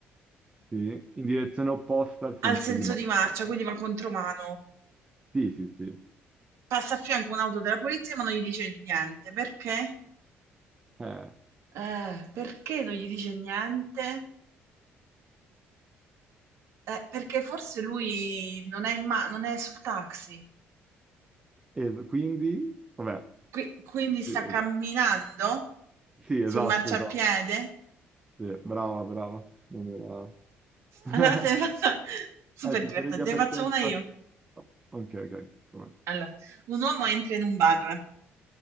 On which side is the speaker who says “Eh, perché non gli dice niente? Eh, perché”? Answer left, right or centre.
Right